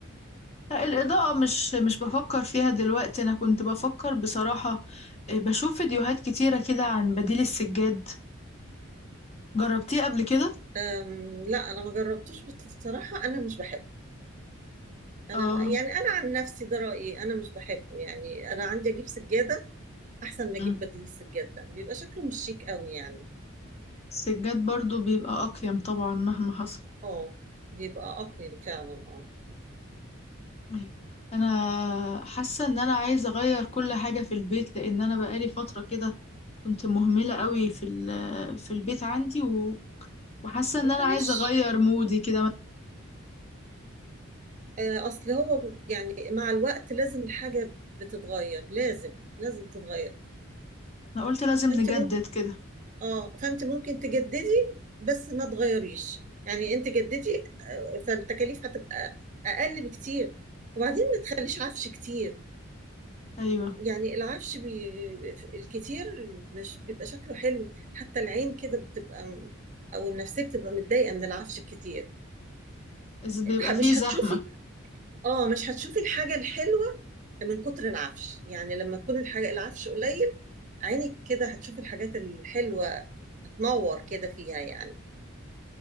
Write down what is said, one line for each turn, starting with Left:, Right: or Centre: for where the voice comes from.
Left: لا الإضاءة مش مش بفكر فيها دلوقتي أنا كنت بفكر بصراحة آه، بشوف فيديوهات كتيرة كده عن بديل السجاد جربتيه قبل كده؟
Right: أم لا أنا ما جربتوش بس بصراحة أنا مش بحبه أنا
Left: اه
Right: يعني أنا عن نفسي ده رأيي أنا مش بحبه يعني أنا عندي أجيب سجادة أحسن ما أجيب
Left: مم.
Right: بديل السجادة بيبقى شكله مش شيك قوي يعني
Left: السجاد برضو بيبقى أقيم طبعا مهما حصل
Right: أه بيبقى أقيم فعلا أه
Left: أيوة أنا حاسة إن أنا عايزة أغير كل حاجة في البيت لأن أنا بقالي فترة كده كنت مهملة قوي في ال- في البيت عندي و- وحاسة إن
Right: معلش
Left: أنا عايزة أغير مودي كده
Right: آه، أصل هو ب- يعني مع الوقت لازم الحاجة بتتغير لازم لازم تتغير
Left: أنا قلت لازم
Right: فأنت
Left: نجدد كده
Right: اه فانت ممكن تجددي بس ما تغيريش يعني انت جددي آه، فالتكاليف هتبقى اقل بكتير وبعدين ما تخليش عفش كتير
Left: أيوة
Right: يعني العفش بي... الكتير مش بيبقى شكله حلو حتى العين كده بتبقى م- او النفسيه بتبقى متضايقه من العفش الكتير
Left: إذ بيبقى
Right: ح-
Left: فيه
Right: مش
Left: زحمة
Right: هتشوفي اه مش هتشوفي الحاجه الحلوه من كتر العفش يعني لما تكون الحاجه العفش قليل عينك كده هتشوفي الحاجات الحلوه هتنور كده فيها يعني